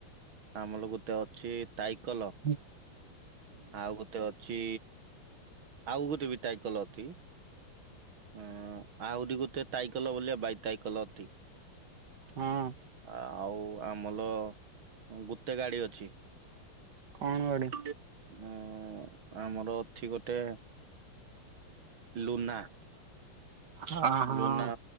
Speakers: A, on the right (about 70°); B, on the right (about 55°).
A: ଆମର ଗୋଟେ ଅଛି ଟାଇକଲ।
B: ହୁଁ।
A: ଆଉ ଗୋଟେ ଅଛି ଆଉ ଗୋଟେ ବି ଟାଇକଲ ଅଛି। ହଁ ଆହୁରି ଗୋଟେ ସାଇକଲ ଭଳିଆ ବାଇ ତାଇ କଲ ଅଛି।
B: ହଁ।
A: ଆଉ ଆମର ଗୋଟେ ଗାଡି ଅଛି।
B: କଣ ଗୁଡେ?
A: ଅ ଆମର ଅଛି ଗୋଟେ ଲୁନା।
B: ହଁ
A: ଲୁନା